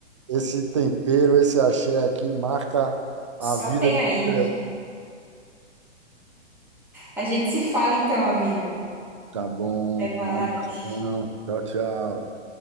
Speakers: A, on the right (about 25°); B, in the centre.
A: esse tempero, esse axé aqui marca
B: Só
A: a vida
B: tem
A: de
B: aí.
A: qualquer. um.
B: A gente se fala então, amigo.
A: Tá bom,
B: Até mais.
A: um abração. Tchau, tchau.